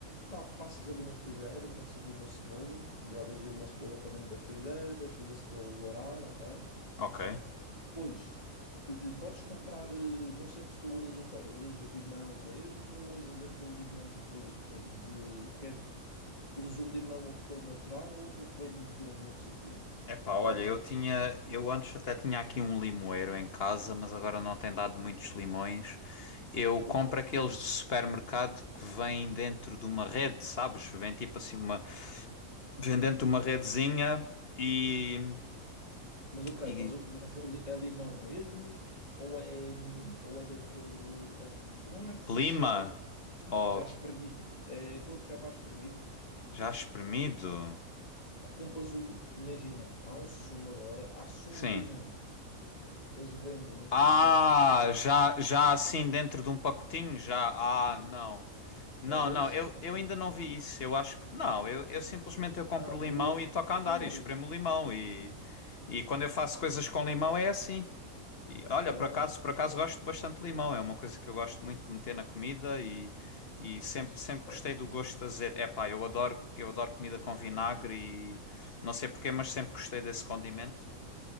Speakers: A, on the left; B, on the left.
A: pá, passas ali na frigideira, metes ali uma cebola, jogas aí uma cebola para dentro da frigideira, deixas a cebola lourar, ok?
B: Ok.
A: Depois, eh, podes comprar, eh, não sei se tu usas o quê? Usas limão mesmo ou usas aquele limão de, de, de- quer, usas o limão aquele natural ou aquele que vem dentro de um, de um recipiente?
B: Epá, olha,
A: Qual é que...
B: eu tinha, eu antes até tinha aqui um limoeiro em casa, mas agora não tem dado muitos limões. Eu compro
A: Ok.
B: aqueles do supermercado que vêm dentro de uma rede, sabes? Vem tipo assim uma, vendendo-te uma redezinha e,
A: Mas ok,
B: e
A: mas, o- mas é li- é limão mesmo? Ou é, hum, ou é daquele. é- não é artificial,
B: lima, ou
A: já espremido. É aquele que já está espremido.
B: já espremido,
A: Ou compras o. Imagina, há um sumo agora, há sumo
B: sim.
A: de limão. Eles vendem no supermercado.
B: Ah, já, já assim dentro de um pacotinho, já, ah, não. Não,
A: É desse?
B: não, eu, eu ainda não vi isso, eu acho que, não, eu, eu simplesmente eu compro
A: Ah, do
B: limão
A: outro.
B: e toco a
A: Então
B: andar e espremo
A: é isso.
B: limão e, e quando eu faço coisas com limão é assim. E
A: Então
B: olha, por acaso,
A: é.
B: por acaso gosto bastante de limão, é uma coisa que eu gosto muito de meter na comida e, e sempre,
A: isso.
B: sempre gostei do gosto azedo. Epá, eu adoro, eu adoro comida com vinagre e não sei porquê, mas sempre gostei desse condimento.